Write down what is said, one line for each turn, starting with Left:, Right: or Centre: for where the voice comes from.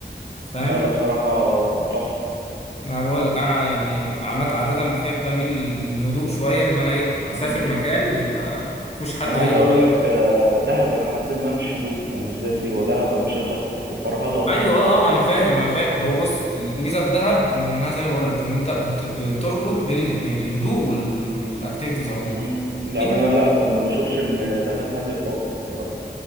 Left: فاهم
Right: لا لا بصراحه تحفه
Left: انا بقول لك انا يعني عمد عاده بحب اميل للهدوء شويه ان انا ايه اسافر
Right: مم.
Left: مكان يبقى مفيهوش حد
Right: انا عايز
Left: غيري
Right: اقول لك آه، دهب الى حد ما مش هدوء يعني مش زي سيوه دهب انشطه وفرهضه
Left: ايوه اه آه، انا فاهم انا فاهم هو بص الميزه في دهب انها زي ما بقول لك ان انت بت... بتربط بين الاثنين الهدوء وال- والاكتيفيتيز عموما
Right: امم يعني
Left: إيه؟
Right: انا لا ما بشوفش ان دهب هادي خالص بصراحه